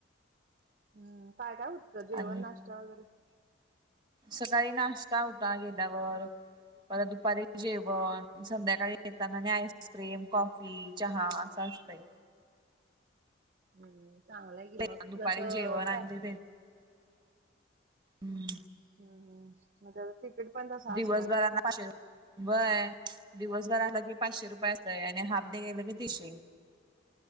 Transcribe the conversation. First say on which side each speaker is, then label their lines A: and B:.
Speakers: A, on the right (about 45°); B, on the right (about 20°).
A: हम्म काय काय उठतं
B: आणि
A: जेवण नाश्ता वगैरे?
B: सकाळी नाश्ता होता गेल्यावर परत दुपारी जेवण संध्याकाळी येताना आणि आईस्क्रीम कॉफी. चहा असा असय.
A: हम् चांगलं आहे की मग
B: आणि दुपारी जेवण
A: <unintelligible>
B: आणि
A: पॅक
B: ते हम्म
A: हम्म हम मग <unintelligible>
B: दिवस
A: असणार की
B: भरना पा व्हय दिवसभर आलं की पाचशे रुपये असत आणि हाफ डे गेलं की तीसशे.